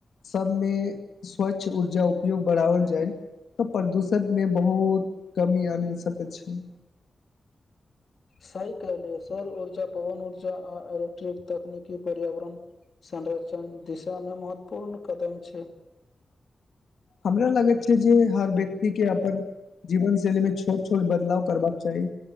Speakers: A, on the left; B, on the left.
A: सबमे स्वच्छ ऊर्जा उपयोग बढ़ाओल जाय। तऽ प्रदूषण मे बहुत कमी आनि सकै छैय।
B: सही कहलियै सर ऊर्जा पवन ऊर्जा आ इलेक्ट्रिक तकनीकी पर्यावरण संरचन दिशामे महत्वपूर्ण कदम छैय।
A: हमरा लगैत छैय जे हर व्यक्ति के अपन जीवन शैली मे छोट छोट बदलाव करबाक चाही।